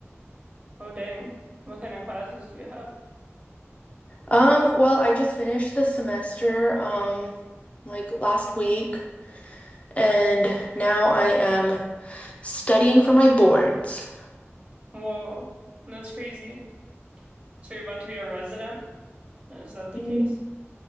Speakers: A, on the right; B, on the left.
A: Oh dang! What kind of classes do you have?
B: Um, well, I just finished the semester, um, like last week, and now I am studying for my boards.
A: Whoa, that's crazy. So you're about to be a resident? Is that the
B: Mm,
A: case?